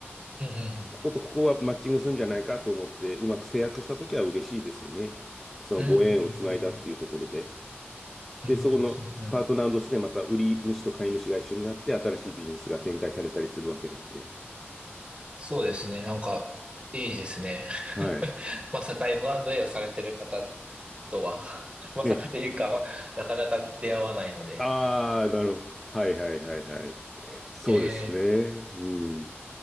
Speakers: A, on the right; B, in the centre.
A: うんう
B: こことここはマッチングするんじゃないかと思って、うまく制約したときは嬉しいですよね。そのご縁をつないだっていうところで。
A: んうん。うんうんうんうん。うんうんうんうん。
B: で、そこのパートナーとしてまた売り主と買い主が一緒になって、新しいビジネスが展開されたりするわけなんで。
A: そうですね。なんか、いいですね。
B: はい。
A: <laughs> まさか M&A をされてる方とは、<laughs> まさかというか、
B: ね。
A: まあ、なかなか出会わないので、
B: ああ、なるほど。はいはいはいはい。そうですね。
A: えー
B: うん。